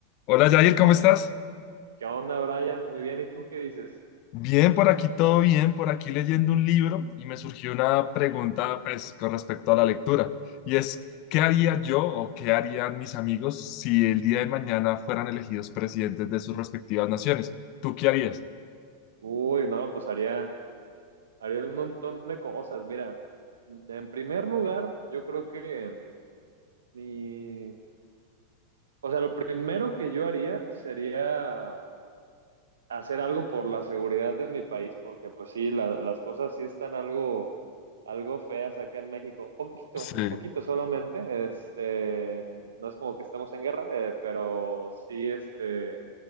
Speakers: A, on the left; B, on the right.
A: Hola Yair, ¿cómo estás?
B: ¿Qué onda, Brian? Muy bien, ¿y tú qué dices?
A: Bien, por aquí todo bien, por aquí leyendo un libro y me surgió una pregunta pues con respecto a la lectura y es, ¿qué haría yo o qué harían mis amigos si el día de mañana fueran elegidos presidentes de sus respectivas naciones? ¿Tú qué harías?
B: Uy, no, pues haría, haría un montón de cosas. Mira, en primer lugar, yo creo que mi, o sea, lo primero que yo haría sería hacer algo por la seguridad de mi país, porque pues sí, la- las cosas sí están algo, algo feas acá en México, poquito,
A: Sí,
B: poquito solamente, este, no es como que estemos en guerra, eh, pero sí, este,